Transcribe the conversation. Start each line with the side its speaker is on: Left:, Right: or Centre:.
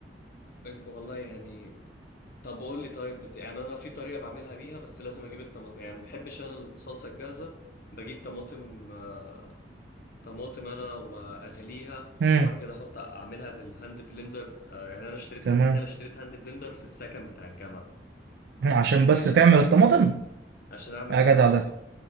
Left: والله يعني طب قول لي طيب بت... يعني انا في طريقه بعملها بيها بس لازم اجيب الطماطم يعني ما بحبش انا الصلصه الجاهزه بجيب طماطم آه، طماطم انا واغليها
Right: امم
Left: وبعد كده احط اعملها بالهاند بلندر آه، يعني انا اشتريت
Right: تمام
Left: هاند تخيل اشتريت هاند بلندر في السكن بتاع الجامعه
Right: عشان
Left: بس
Right: بس
Left: ماشي
Right: تعمل
Left: يعني
Right: الطماطم
Left: عشان اعمل
Right: يا
Left: الطماطم
Right: جدع ده